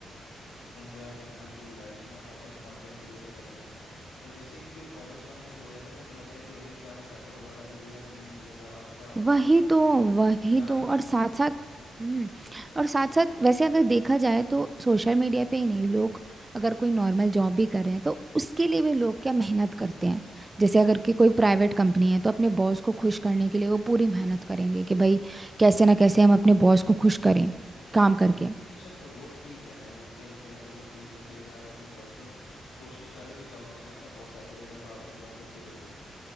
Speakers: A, on the left; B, on the right.
A: एंजॉय करना है पूरी लाइफ में और बस कंटेंट क्रिएटर करते रहना है और जैसे ही इनके फॉलोअर्स कम होना शुरू हो जाते हैं इनको लगता है कि भाई क्या वो पैसा दोबारा मिलेगा कि नहीं मिलेगा अब क्या होगा
B: वही
A: क्या होगा
B: तो वही
A: यार
B: तो
A: इस
B: और साथ साथ
A: हम्म
B: हम्म और साथ साथ वैसे अगर देखा जाए तो सोशल मीडिया पे ही नहीं लोग अगर कोई नॉर्मल जॉब भी कर रहे हैं तो उसके
A: हम्म
B: लिए भी लोग क्या मेहनत करते हैं
A: हम्म
B: जैसे अगर कि कोई प्राइवेट कंपनी है तो अपने बॉस को खुश करने के लिए वो पूरी
A: हम्म,
B: मेहनत करेंगे कि भाई कैसे ना कैसे हम अपने बॉस को खुश करें काम करके
A: नहीं चल पर वो ठीक है मैं बोलता हूँ एक तरह से वो ठीक है कि भाई आप अपने बॉस को कोशिश करो क्योंकि ऑब्वियसली आपका बॉस हैप्पी रहेगा तो आपकी जॉब बची रहेगी